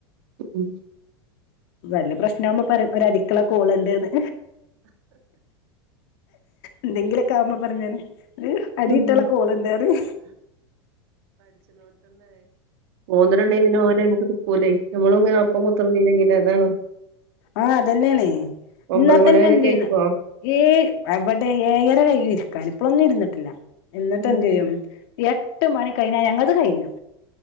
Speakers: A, on the right; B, on the left.
A: ഉം
B: വല്ല പ്രശ്നമാവുമ്പോ പറയും ഒരടിക്ക്‌ള്ള കോളുണ്ട്ന്ന് എന്തെങ്കിലൊക്കാവുമ്പോ പറിം ഞാന്. ഒരു അടി
A: ഉം
B: കിട്ടാള്ള കോള്ണ്ടറിം.
A: പോന്ന്ട്ട്ണ്ടെങ്കി പിന്നെ ഓലയിമക്ക് നമുക്ക് നിക്കൂലേയ് ഞമ്മളുംങ്ങനെ ഒപ്പം കുത്തർന്നീലെങ്കിലേ അതാണ്!
B: ആ അതന്നെയണേ
A: ഒമ്പത്
B: ന്നാ തന്നെ
A: മണി വരെയൊക്കെ
B: എന്തിയ്യുന്ന
A: ഇരിക്കുവോ
B: ഏയ് എവടെ ഏഴര കയ്യും ഇരിക്കാന് ഇപ്പളൊന്നും ഇുരുന്നിട്ട് ല്ല എന്നിട്ടെന്ത്
A: ഉം
B: ചെയ്യും എട്ട് മണി കഴിഞ്ഞാ ഞങ്ങൾത് കഴിഞ്ഞു